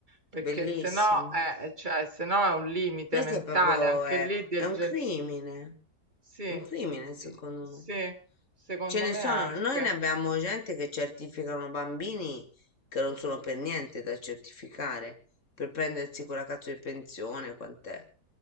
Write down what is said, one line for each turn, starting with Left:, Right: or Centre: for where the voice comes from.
Right: perché
Left: bellissimo.
Right: se no, eh, cioè, se no è un limite
Left: Questo
Right: mentale
Left: è proprio,
Right: anche
Left: è,
Right: lì del
Left: è un
Right: genere.
Left: crimine,
Right: Sì,
Left: un crimine secondo
Right: sì,
Left: me.
Right: secondo
Left: Ce ne
Right: me
Left: sono,
Right: anche.
Left: noi ne abbiamo gente che certificano bambini che non sono per niente da certificare, per prendersi quella cazzo di pensione, quant'è?